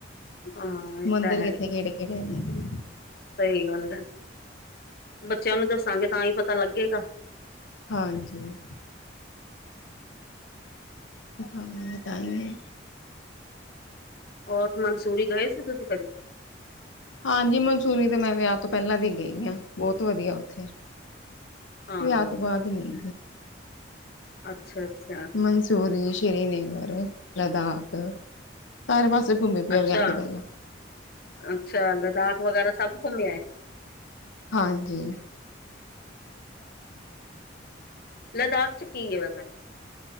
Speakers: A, on the left (about 50°); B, on the left (about 80°).
A: ਹਾਂ ਇਹ
B: ਮੰਦਿਰ
A: ਤਾਂ
B: ਕਿੱਥੇ
A: ਹੈ ਹੀ।
B: ਕਿਹੜੇ ਕਿਹੜੇ ਨੇ
A: ਸਹੀ ਗੱਲ ਹੈ, ਬੱਚਿਆਂ ਨੂੰ ਦੱਸਾਂਗੇ ਤਾਂ ਹੀ ਪਤਾ ਲੱਗੇਗਾ।
B: ਹਾਂਜੀ। ਦਿਖਾਵਾਂਗੇ ਤਾਂ ਈਏ।
A: ਹੋਰ ਮੰਸੂਰੀ ਗਏ ਸੀ ਤੁਸੀਂ ਕਦੀ?
B: ਹਾਂਜੀ ਮਨਸੂਰੀ ਦੇ ਮੈਂ ਵਿਆਹ ਤੋਂ ਪਹਿਲਾਂ ਦੀ ਗਈ ਹਾਂ ਬਹੁਤ ਵਧੀਆ ਉੱਥੇ।
A: ਹਾਂ
B: ਵਿਆਹ ਤੋਂ ਬਾਅਦ ਨੀ?
A: ਅੱਛਾ, ਅੱਛਾ
B: ਮੰਸੂਰੀ, ਸ਼੍ਰੀਨਗਰ, ਲਦਾਖ। ਸਾਰੇ ਪਾਸੇ ਘੁੰਮੀ ਪਿਆ
A: ਅੱਛਾ
B: ਵੀਯਾਹ ਤੋ ਪਹਲਾਂ।
A: ਅੱਛਾ, ਲਦਾਖ ਵਗੈਰਾ ਸਭ ਘੁੰਮ ਆਏ।
B: ਹਾਂਜੀ
A: ਲਦਾਖ ਚ ਕੀ ਹੈ ਵੈਸਾ,